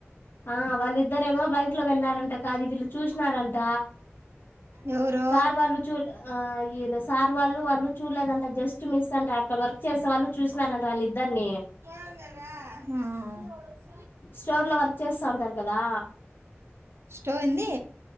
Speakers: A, on the left; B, on the right.
A: ఆ వాళ్ళిద్దరేమో బైక్ లో వెళ్ళారంట కా అది వీళ్ళు చూసినారంట
B: ఎవరు
A: సార్ వాళ్ళు చూ ఆఈడ సార్ వాళ్ళు వాళ్ళు చూలేదంట జస్ట్ మిస్ అంట అక్క వా వర్క్ చేసే వాళ్ళు చూసినారంటే వాళ్ళ ఇద్దరిని
B: ఆ
A: స్టోర్ లో వర్క్ చేస్తా ఉంటారు కదా
B: స్టోఏంది